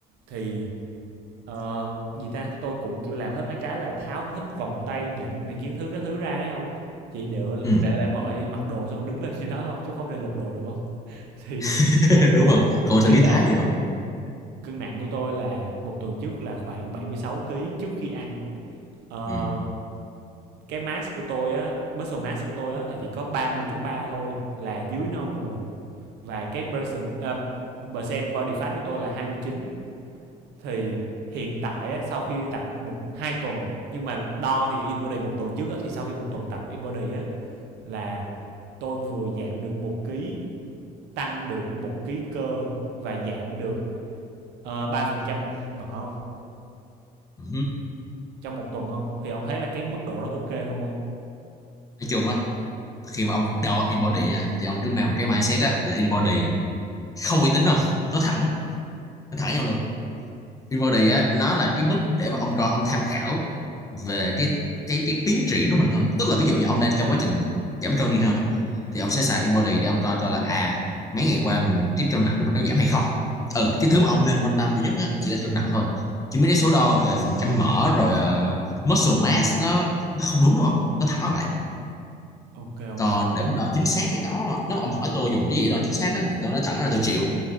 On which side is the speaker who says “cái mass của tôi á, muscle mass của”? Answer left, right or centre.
Right